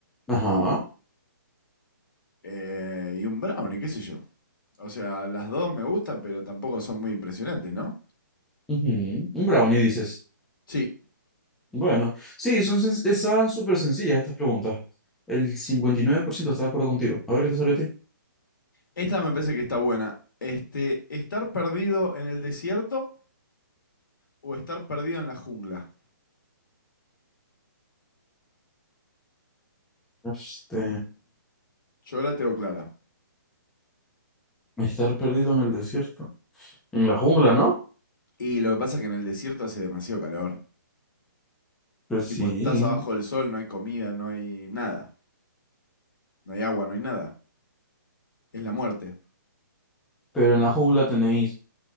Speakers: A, in the centre; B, on the left (about 80°).
A: Ajá.
B: Eh, y un brownie, qué sé yo. O sea, las dos me gustan, pero tampoco son muy impresionantes, ¿no?
A: ujú, Un brownie, dices.
B: Sí,
A: Bueno, sí, son, sen- están súper sencillas estas preguntas. El 59% está de acuerdo contigo. A ver qué te salió a ti.
B: Esta me parece que está buena. Este, ¿estar perdido en el desierto o estar perdido en la jungla?
A: Este,
B: Yo la tengo clara.
A: estar perdido en el desierto. En la jungla, ¿no?
B: Y lo que pasa es que en el desierto hace demasiado calor.
A: Pues
B: Tipo,
A: sí,
B: estás abajo del sol, no hay comida, no hay nada. No hay agua, no hay nada. Es la muerte.
A: pero en la jungla tenéis